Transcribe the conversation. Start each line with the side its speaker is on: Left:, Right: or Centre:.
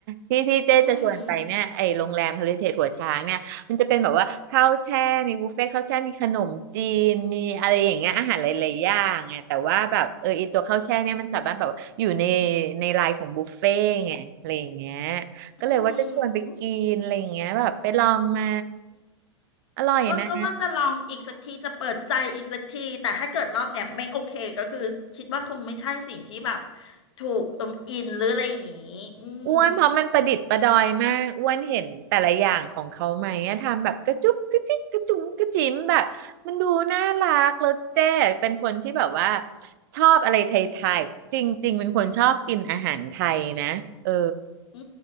Right: ที่ที่เจ๊จะชวนไปเนี่ยไอ้โรงแรมเฮลริเทจหัวช้างเนี่ยมันจะเป็นแบบว่าข้าวแช่มีบุฟเฟ่ต์ข้าวแช่มีขนมจีนมีอะไรอย่างเงี้ยอาหารหลายๆอย่างไงแต่ว่าแบบเออไอีตัวข้าวแช่เนี่ยมันสามารถแบบอยู่ใน
Left: อืม
Right: ในไลน์ของบุฟเฟ่ต์ไงอะไรอย่างเงี้ยก็เลยว่าจะชวนไปกินอะไรอย่างเงี้ยแบบไปลองไหม
Left: อืม
Right: อร่อยนะ
Left: ก็ก็ว่าจะลองอีกสักทีจะเปิดใจอีกสักทีแต่ถ้าเกิดรอบเนี้ยไม่โอเคก็คือคิดว่าคงไม่ใช่สิ่งที่แบบถูกเอิมอินหรืออะไรอย่างงี้อืม
Right: อ้วนเพราะมันประดิษฐ์ประดอยมากอ้วนเห็นแต่ละอย่างของเขาไหมอะทำแบบกระจุกกระจิกกระจุงกระจิ๋มแบบมันดูน่ารักแล้วเจ๊เป็นคนที่แบบว่าชอบอะไรไทยๆจริงๆเป็นคนชอบกินอาหารไทยนะเออ
Left: อื